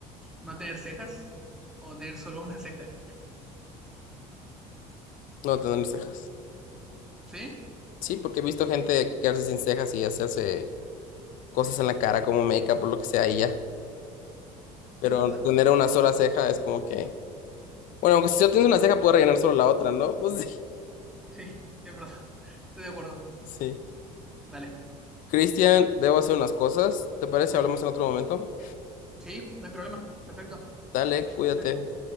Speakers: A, in the centre; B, on the left.
A: ¿No tener cejas o tener solo una ceja?
B: No tener cejas.
A: ¿Sí?
B: Sí, porque he visto gente quedarse sin cejas y hacerse cosas en la cara como make-up o lo que sea y ya. Pero
A: Es verdad.
B: tener una sola ceja es como que. Bueno, aunque si solo tienes una ceja, puedes rellenar solo la otra, ¿no? <laughs> Pues sí.
A: Sí, es verdad. Estoy de acuerdo.
B: Sí.
A: Dale.
B: Cristian, debo hacer unas cosas. ¿Te parece? Hablamos en otro momento.
A: Sí, no hay problema. Perfecto.
B: Dale, cuídate.
A: Perfecto.